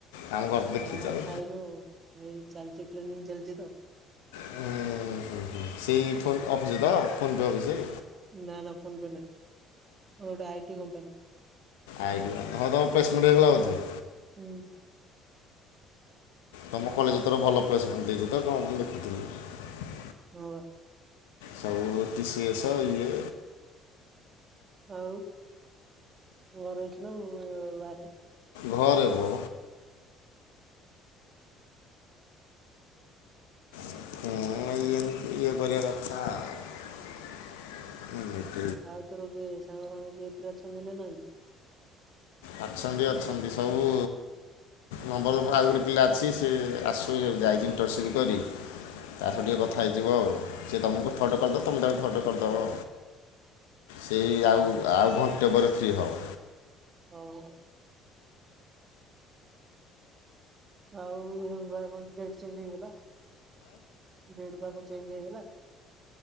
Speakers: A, on the left (about 70°); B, on the right (about 35°).
A: ଆମ ଘର ତ ଦେଖିଛ
B: ନା
A: ଆଉ।
B: ଖାଇନୁ ଏ ଚାଲିଚି ଟ୍ରେନିଂ ଚାଲିଚି ତ।
A: ହୁଁ-ହୁଁ ସେଇ ଫୋନ୍ ଅଫିସ ତ ଫୋନ୍ ପେ ଅଫିସ।
B: ନାଁ -ନାଁ ଫୋନ ପେ ନାହିଁ ଗୋଟେ ଆଇଟି କମ୍ପାନୀ।
A: ଆଇଯିବ ହଁ ତମ ପ୍ରେସମେଣ୍ଟ ହେଇଗଲା ବୋଧେ?
B: ହୁଁ
A: ତମ କଲେଜ ତର ଭଲ ପ୍ଲେସମେଣ୍ଟ ଦେଇଛି ତ କଣ ମୁ ଦେଖୁଥିଲି।
B: ହଁ ବା।
A: ସବୁ ଟି ସି ଏସ ଇଏ
B: ଆଉ ଘରେ ଅଛୁ ନା ବାହାରେ?
A: ଘରେ ବ। ହୁଁ ଏମିତି ୟେ କରିବା କଥା। <unintelligible>
B: ଆଉ ତୋର କିଏ ସାଙ୍ଗ ଫାଙ୍ଗ ବି ଏଥିରେ ଅଛନ୍ତି ନା ନାହାନ୍ତି?
A: ଅଛନ୍ତି ଅଛନ୍ତି ସବୁ ନମ୍ବର ଆଉ ଗୋଟେ ପିଲା ଅଛି ସେ ଆସୁ ଯାଇଚି ଇଣ୍ଟରସିପ କରି। ତା ସହ
B: ଓହୋ
A: ଟିକେ କଥା ହେଇଯିବ ଆଉ ସିଏ ତୁମକୁ ଥରଟେ କରିଦେବ ତୁମେ ତାକୁ ଥରଟେ କରିଦେବ। ସେଇ ଆଉ ଆଉ ଘଣ୍ଟେ ପରେ ଫ୍ରି ହବ।
B: ହଉ। ଆଉ ବା କଣ ଡେଟ୍ ଚେଞ୍ଜ ହେଇଗଲା ଡେଟ୍ ପା କଣ ଚେଞ୍ଜ ହେଇଗଲା।